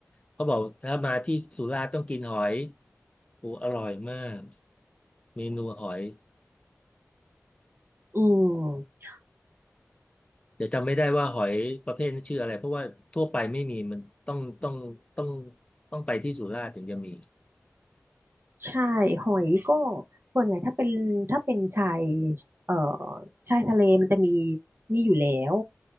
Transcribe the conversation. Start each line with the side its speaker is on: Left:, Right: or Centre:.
Left: เขาบอกถ้ามาที่สุราษฎร์ต้องกินหอยโอ้อร่อยมากเมนูหอย
Right: อืม
Left: เดี๋ยวจำไม่ได้ว่าหอยประเภทนั้นชื่ออะไรเพราะว่าทั่วไปไม่มีมันต้องต้องต้องต้องไปที่สุราษฎร์ถึงจะมี
Right: ใช่หอยก็ส่วนใหญ่ถ้าเป็นถ้าเป็นชายเอ่อชายทะเลมันจะมีมีอยู่แล้ว